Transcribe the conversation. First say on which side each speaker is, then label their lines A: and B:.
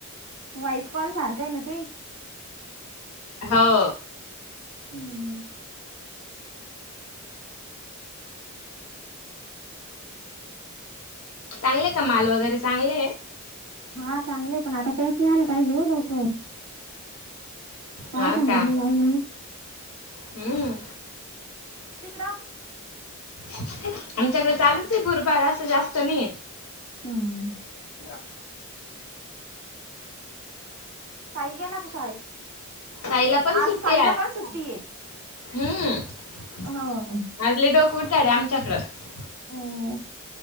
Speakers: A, on the right; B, on the left.
A: व्हॉइस कॉल सारखा आहे ना ते
B: हो.
A: हम्म हम्म.
B: चांगले का माल वगैरे चांगले आहे
A: हा चांगले पण आता पोहोचून आलं पाहिजे लवकर <unintelligible>
B: हा का? हम्म.
A: तिकड
B: आमच्याकडे चालूच आहे गुरुबार असं जास्त नाहीये
A: हम्म.
B: <unintelligible>
A: साई गेला का शाळेत?
B: ताईला पण
A: आज
B: सुट्टी
A: साईला पण सुट्टी आहे
B: हम्म
A: हो
B: <unintelligible> डोक उठाडे आमच्याकडं
A: अं,